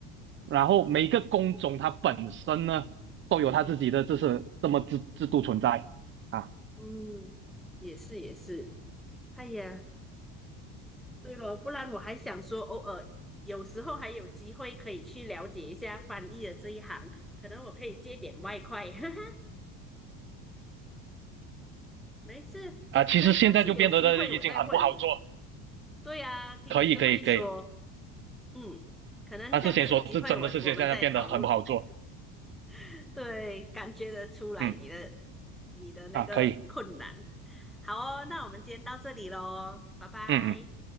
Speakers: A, on the right; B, in the centre.
A: 然后每个工种它本身呢都有它自己的这是这么制制度存在啊
B: 嗯，也是也是。哎呀，对咯，不然我还想说，偶尔有时候还有机会可以去了解一下翻译的这一行，可能我可以借点外快。<laughs> 哈哈，没事，
A: 啊，其实现在就变得的已经很不好做，
B: 那下次有机会我再问你。对呀，听你这么一说，
A: 可以可以可以，
B: 嗯，可能下次有机会我我们再讨论。
A: 但是先说这真的是现在变得很不好做，
B: <laughs> 对，感觉得出来你的
A: 嗯
B: 你的那个困难。
A: 啊可以，
B: 好哦，那我们今天到这里喽，拜拜。
A: 嗯嗯。